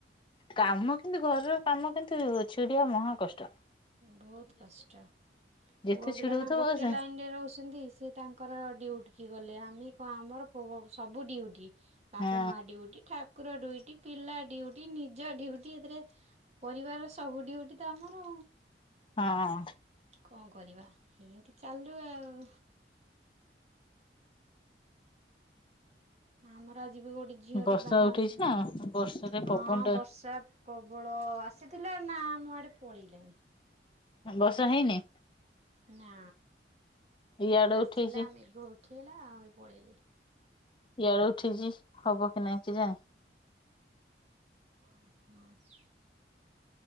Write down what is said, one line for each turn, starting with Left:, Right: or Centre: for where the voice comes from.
Left: କାମ କିନ୍ତୁ ଘରର କାମ କିନ୍ତୁ ଛିଡିଆ ମହାକଷ୍ଟ।
Right: ବହୁତ କଷ୍ଟ।
Left: ଯେତେ
Right: ପୁଅ
Left: ଛିଡଉଥିବ
Right: ପିଲା ନା ଗୋଟେ
Left: ସେ
Right: ଲାଇନ ରେ ରହୁଛନ୍ତି, ସିଏ ତାଙ୍କର ଡିୟୁଟିକି ଗଲେ। ଆମେ କଣ ଆମର ସବୁ ଡିଉଟି। ବାପା
Left: ହଁ
Right: ମା ଡିଉଟି ଠାକୁର ଡୁଇଟି ପିଲା ଡିଉଟି ନିଜ ଡିଉଟି ଏଥିରେ ପରିବାରର ସବୁ ଡିଉଟି ତ ଆମର।
Left: ହଁ।
Right: କଣ କରିବା ଏମତି ଚାଲୁ ଆଉ। ଆମର ଆଜି ବି ଗୋଟେ ଝିଅଟେ
Left: ବର୍ଷା
Right: ବାହା
Left: ଉଠେଇଛି
Right: ହେଉଛନ୍ତି
Left: ନା ବର୍ଷାରେ
Right: ହଁ
Left: ପବନ ଟା
Right: ବର୍ଷା ପ୍ରବଳ ଆସିଥିଲା ନା ଆମ ଆଡ଼େ ପଳେଇଲା।
Left: ବର୍ଷା ହେଇନି?
Right: ନା
Left: ଇଆଡେ
Right: ଆସିଲା
Left: ଉଠେଇଛି
Right: ଆମେ ମେଘ ଉଠେଇଲା ଆହୁରି ପଳେଇଲି।
Left: ଇଆଡୁ ଉଠିଛି ହବ କି ନାଇଁ କି ଜାଣି?
Right: <inaudible>